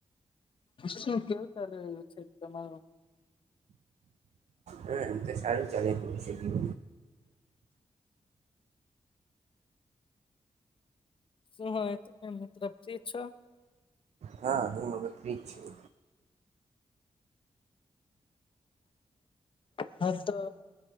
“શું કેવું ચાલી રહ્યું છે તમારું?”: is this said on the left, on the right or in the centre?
Left